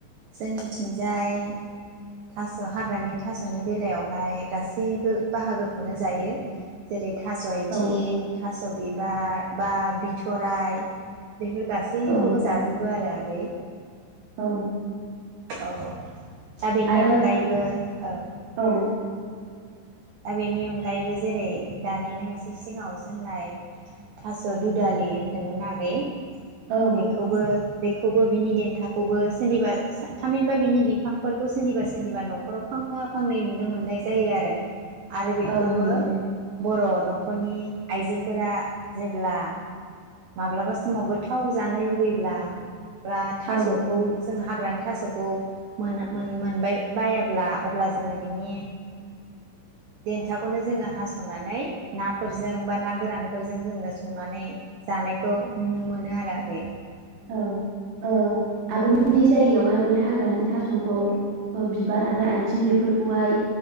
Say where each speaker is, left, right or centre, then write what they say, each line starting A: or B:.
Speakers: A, on the right (about 85°); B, on the right (about 65°).
A: जोंनिथिंजाय थास' हाग्रानि थास' फांनि बेलायावहाय गासैबो बाहागोखौनो जायो जेरै थास' आथिं
B: औ
A: थास' बिबार बा बिथ'राय बेफोर गासैखौबो
B: औ
A: जाजोबो आरो आं <unintelligible>
B: औ
A: औ दा बेनि
B: आरो
A: अनगायैबो औ
B: औ
A: दा बेनि अनगायैबो जेरै दानि नों एसे सिङाव सोंननाय थास' दुदालि होनदोंमोन आगै
B: औ
A: बेखौबो बेखौबो बिनि देन्थाखौबो सोरनिबा सा थामहिनबा बिनि बिफांफोरखौ सोरनिबा सोरनिबा न'खराव फां फा फांनै नुनो मोननाय जायो आरो आरो बेखौबो
B: औ नंगौ
A: बर' न'खरनि आइजोफोरा जेब्ला माब्लाबा समाव गोथाव जानो लुगैब्ला बा थास'खौ
B: औ
A: जों हाग्रानि थास'खौ मोनो मो मोनबाय बायाब्ला अब्ला जोङो बिनि देन्थाखौनो जोङो हास'नानै नाफोरजों बा ना गोरानफोरजों जोङो संनानै जानायखौ नुनो मोनो आरो आगै
B: औ ओ आब'मोननि जायगायावहाय बे हाग्रानि थास'खौ बिबार आरो आथिं बेफोरखौहाय